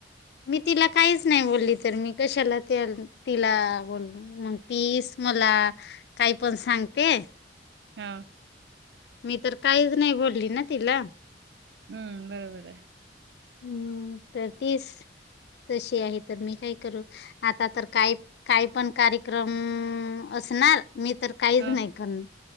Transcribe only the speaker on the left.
मी तिला काईच नाय बोलली तर मी कशाला त्याल तिला बोलल मंग तीस मला काय पण सांगते.
मी तर काहीच नाय बोलली ना तिला
हूं तर तीस तशी आहे तर मी काय करू आता तर काय काय पण कार्यक्रमं असणार मी तर काहीच
नाय कण